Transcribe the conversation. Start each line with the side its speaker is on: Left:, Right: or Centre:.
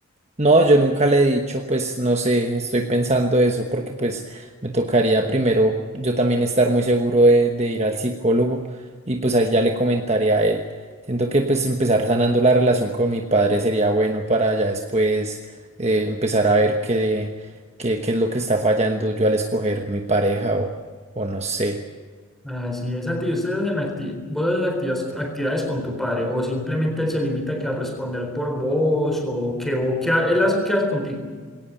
Right: No, yo nunca le he dicho, pues no sé, estoy pensando eso porque pues me tocaría primero yo también estar muy seguro de, de ir al psicólogo y pues ahí ya le comentaría a él. Siento que pues empezar sanando la relación con mi padre sería bueno para ya después eh, empezar a ver qué, qué, qué es lo que está fallando yo al escoger mi pareja o, o no sé.
Centre: Así es, Santi, ¿y ustedes hacen acti- vos haces activas- actividades con tu padre o simplemente él se limita que a responder por vos o que o qué a- él hace, qué hace contigo?